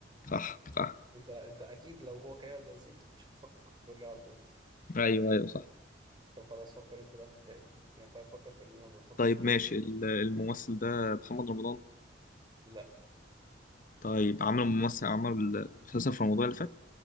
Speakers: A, on the left; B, on the right.
A: صح صح
B: أنت أنت أكيد لو هو كريم عبد العزيز أنت كنتش هتفكر كنت تقول لي على طول
A: ايوه ايوه صح
B: طب خلاص فكر أنت بقى في الباقي يعني خلاص فكر في اللي أنا بفكر
A: طيب
B: فيه
A: ماشي
B: يعني.
A: ال- الممثل ده محمد رمضان
B: لأ
A: طيب عملوا ممثل عمل مسلسل في رمضان اللي فات